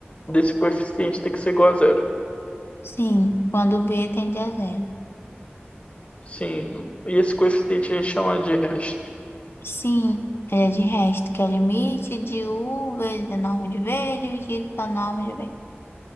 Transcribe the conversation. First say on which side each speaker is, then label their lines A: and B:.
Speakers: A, on the left; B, on the left.
A: desse coeficiente tem que ser igual a zero.
B: Sim, quando b tende a zero.
A: Sim, e esse coeficiente a gente chama de resto.
B: Sim, ele é de resto, que é o limite de u vezes a norma de v dividido pela norma de v.